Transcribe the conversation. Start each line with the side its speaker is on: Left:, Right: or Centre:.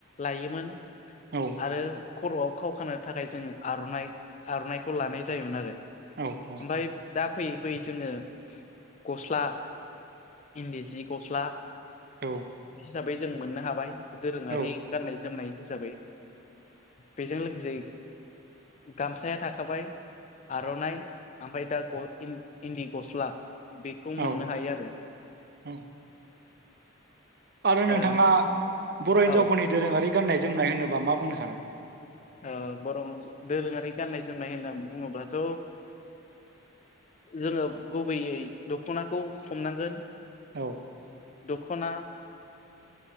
Left: लायोमोन
Right: औ
Left: आरो खर'आव खाव खानो थाखाय जोंङो आर'नाइ आर'नाइखौ लानाय जायोमोन आरो।
Right: औ औ
Left: ओमफ्राय दा फैयै फैयै जोंङो गस्ला, इन्दि जि गस्ला
Right: औ
Left: हिसाबै जों मोननो हाबाय दोरोङारि
Right: औ
Left: गाननाय जोमनाय हिसाबै बेजों लोगोसे गामसाया थाखाबाय आर'नाइ ओमफ्राय दा ग इन इन्दि गस्ला बेखौ
Right: औ
Left: मोननो हायो आरो
Right: औ आरो नोंथाङा
Left: ओ
Right: बर' हिन्जावफोरनि
Left: औ
Right: दोरोङारि गाननाय जोमनाय होनोबा मा बुंनो सानो?
Left: ओ बर' दोरोङारि गाननाय जोमनाय होनना बुङोब्लाथ' जोंङो गुबैयै दख'नाखौ हमनांगोन।
Right: औ
Left: दख'ना